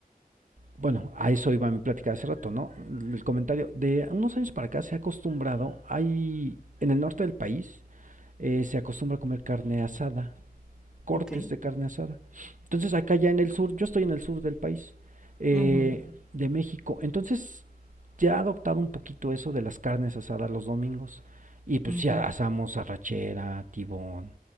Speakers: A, on the right; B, in the centre.
A: bueno, a eso iba mi plática de hace rato, ¿no? El comentario de unos años para acá se ha acostumbrado, hay en el norte del país eh, se acostumbra a comer carne asada cortes
B: Ok.
A: de carne asada. Entonces acá ya en el sur, yo estoy en el sur del país, eh,
B: ujú,
A: de México, entonces ya ha adoptado un poquito eso de las carnes asadas los domingos. Y pues
B: ujú,
A: ya asamos arrachera, tibón,